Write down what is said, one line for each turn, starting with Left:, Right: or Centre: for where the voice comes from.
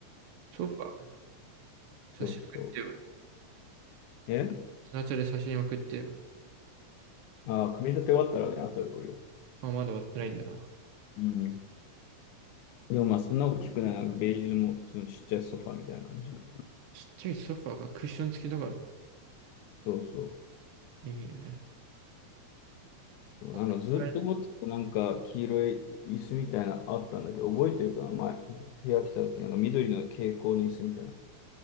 Right: ソファー、写真送ってよ。
Left: そうそう。え
Right: スナチャで写真送ってよ。
Left: ああ、組み立て終わったらね、後で送るよ。
Right: あ、まだ終わってないんだ。
Left: うん。でもまあそんな大きくない、なんかベージュのもう普通のちっちゃいソファーみたいな感じの。
Right: ちっちゃいソファーがクッション付きだから。
Left: そうそう。
Right: いいね。
Left: そう、
Right: この前
Left: なんかずっと持ってたなんか黄色い椅子みたいなのあったんだけど、覚えてるかな前、部屋来た時なんか緑の蛍光の椅子みたいなのあった。